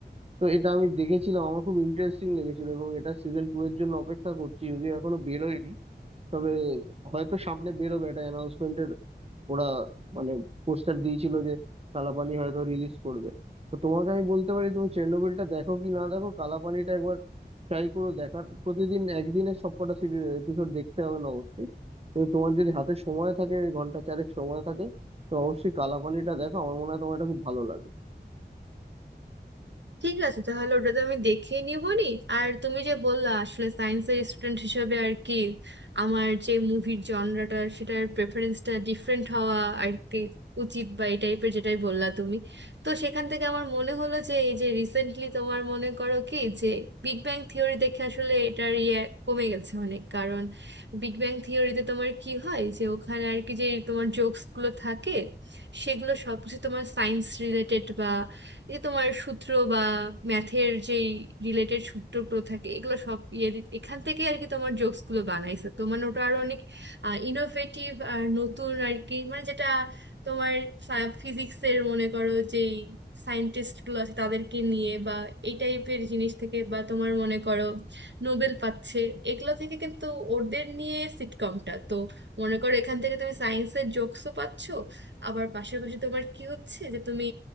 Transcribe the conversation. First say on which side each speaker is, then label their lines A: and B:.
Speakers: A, on the right; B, on the right.
A: তো এটা আমি দেখেছিলাম আমার খুব ইন্টারেস্টিং লেগেছিল এবং এটা সিজন টু এর জন্য অপেক্ষা করছি যদিও এখনো বেরোয়নি তবে হয়তো সামনে বেরোবে এটা অ্যানাউন্সমেন্টের ওরা মানে পোস্টার দিয়েছিল যে কালাপানি হয়তো রিলিজ করবে তো তোমাকে আমি বলতে পারি তুমি চেরনোবিলটা দেখো কি না দেখো কালাপানিটা একবার ট্রাই করো দেখার প্রতিদিন একদিনে সবকটা এপিসোড দেখতে হবে না অবশ্যই তো তোমার যদি হাতে সময় থাকে ঘন্টা চারেক সময় থাকে তো অবশ্যই কালাপানিটা দেখো আমার মনে হয় তোমার এটা খুব ভালো লাগবে
B: ঠিক আছে তাহলে ওটা তো আমি দেখে নিবনি আর তুমি যে বললা আসলে সায়েন্সের স্টুডেন্ট হিসেবে আর কি আমার যে মুভির জনরাটা সেটার প্রেফারেন্সটা ডিফারেন্ট হওয়া আর কি উচিত বা এই টাইপের যেটাই বললা তুমি তো সেখান থেকে আমার মনে হলো যে এই যে রিসেন্টলি তোমার মনে করো কি যে বিগ ব্যাং থিওরি দেখে আসলে এটার ইয়ে কমে গেছে অনেক কারণ বিগ ব্যাং থিওরিতে তোমার কি হয় যে ওখানে আর কি যে তোমার জোকসগুলো থাকে সেগুলো সবকিছু তোমার সায়েন্স রিলেটেড যে তোমার সূত্র বা ম্যাথের যেই রিলেটেড সূত্রগুলো থাকে এগুলো সব ইয়ে দি- এখান থেকে আর কি তোমার জোকসগুলো বানাইছে তো মানে ওটা আরো অনেক ইনোভেটিভ আর নতুন আর কি মানে যেটা তোমার ফিজিক্সের মনে করো যেই সায়েন্টিস্ট গুলো আছে তাদেরকে নিয়ে বা এই টাইপের জিনিস থেকে বা তোমার মনে করো নোবেল পাচ্ছে এগুলো থেকে কিন্তু ওদের নিয়ে সিটকমটা তো মনে করো এখান থেকে তুমি সায়েন্সের জোকসও পাচ্ছ আবার পাশাপাশি তোমার কি হচ্ছে যে তুমি